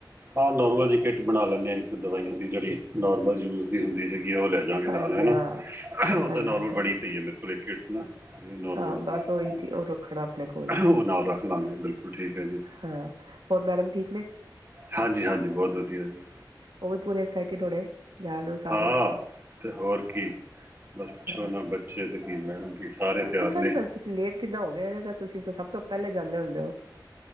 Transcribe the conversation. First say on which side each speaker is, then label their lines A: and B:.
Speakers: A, on the right; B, on the right.
A: ਹਾਂ ਨੋਰਮਲ ਜੀ ਕਿਟ ਬਣਾ ਲੈਂਨੇ ਆਂ, ਇੱਕ ਦਵਾਈ ਹੂਂਦੀ ਜੇੜੀ ਨੋਰਮਲ ਯੂਜ਼ ਦੀ ਹੁੰਦੀ ਹੈਗੀ ਐ, ਓ ਲੈ ਜਾਂਗੇ
B: ਹਾਂਜੀ
A: ਨਾਲ ਹੈਨਾ,
B: ਹਾਂ
A: ਓ
B: ਹਾਂਜੀ
A: ਤਾਂ ਨੋਰਮਲ ਬਣੀ
B: ਹਾਂ
A: ਪਈ ਏ ਮੇਰੇ ਕੋਲ ਕੋਲ ਇਕ ਕਿੱਟ ਨਾ, ਨੋਰਮਲ
B: ਹਾਂ
A: ਜੀ ਬਣੀ
B: ਬਸ ਉਹੀ
A: ਪਈ ਏ,
B: ਠੀ- ਉਹ ਰੱਖਣਾ ਆਪਣੇ ਕੋਲ
A: ਓ ਨਾਲ ਰਾੱਖ ਬਿਲਕੁਲ ਠੀਕ ਹੈ ਜੀ।
B: ਹਾਂ, ਹੋਰ ਮੈਡਮ ਠੀਕ ਨੇ?
A: ਹਾਂਜੀ-ਹਾਂਜੀ ਬੋਤ ਵਦੀਆ ਜੀ।
B: ਓ ਵੀ ਪੂਰੇ ਐਕਸਾਈਟਿਡ ਹੋਣੇ? ਜਾਣ ਨੂੰ ਸਾਰੇ
A: ਹਾਂ ਤੇ ਹੋਰ ਕੀ ਬਾੱਸ ਪੁੱਛੋ
B: ਹਾਂ
A: ਨਾ, ਬੱਚੇ ਤੇ ਕੀ, ਮੈਡਮ ਕੀ। ਸਾਰੇ ਤਿਆਰ
B: ਇਸ ਵਾਰੀ
A: ਨੇ।
B: ਬਸ ਤੂਸੀ ਲੇਟ ਕਿਦਾਂ ਹੋ ਗੇ, ਨੀ ਤਾਂ ਤੂਸੀ ਤਾਂ ਸਬ ਤੋਂ ਪ੍ਹੈਲੇ ਜਾਂਦੇ ਹੁੰਦੇ ਓ?